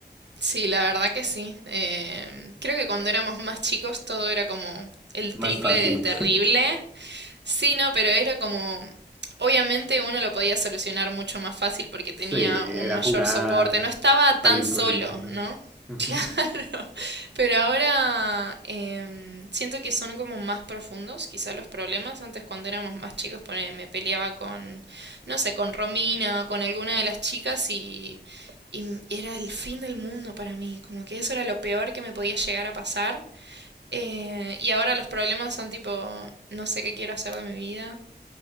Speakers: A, on the right (about 75°); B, in the centre.
A: Sí, la verdad que sí. Eh, creo que cuando éramos más chicos todo era como el
B: Más
A: triple
B: fácil.
A: de terrible Sí, no, pero era como, obviamente uno lo podía solucionar mucho más fácil porque tenía
B: Sí, era
A: un mayor
B: jugar,
A: soporte, no estaba
B: salir
A: tan solo,
B: corriendo.
A: ¿no?
B: Ujú.
A: <laughs> Pero ahora em, siento que son como más profundos, quizá los problemas. Antes cuando éramos más chicos, pone- me peleaba con, no sé, con Romina o con alguna de las chicas y, y m- era el fin del mundo para mí, como que eso era lo peor que me podía llegar a pasar. Eh, y ahora los problemas son tipo, no sé qué quiero hacer de mi vida.